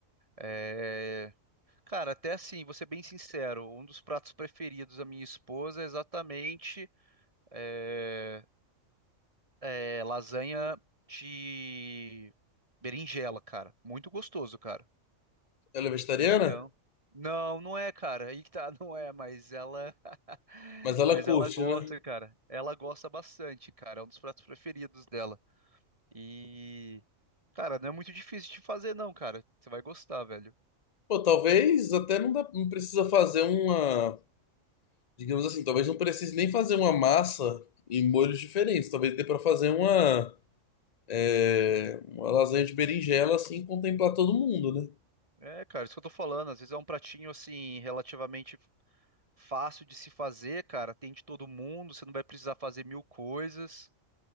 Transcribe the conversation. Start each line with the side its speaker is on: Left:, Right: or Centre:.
Right: É. Cara, até assim, vou ser bem sincero, um dos pratos preferidos da minha esposa é exatamente é, é, lasanha de berinjela, cara. Muito gostoso, cara.
Left: Ela é vegetariana?
Right: Então, não, não é, cara. Aí que tá, <laughs> não é, mas ela, <laughs>
Left: Mas ela
Right: mas
Left: curte,
Right: ela gosta,
Left: né?
Right: cara. Ela gosta bastante, cara. É um dos pratos preferidos dela. E, cara, não é muito difícil de fazer, não, cara. Você vai gostar, velho.
Left: Pô, talvez até não, dá, não precisa fazer uma. Digamos assim, talvez não precise nem fazer uma massa em molhos diferentes. Talvez dê pra fazer uma, é, uma lasanha de berinjela, assim, e contemplar todo mundo, né?
Right: É, cara, isso que eu tô falando. Às vezes é um pratinho assim relativamente fácil de se fazer, cara. Tem de todo mundo, você não vai precisar fazer mil coisas.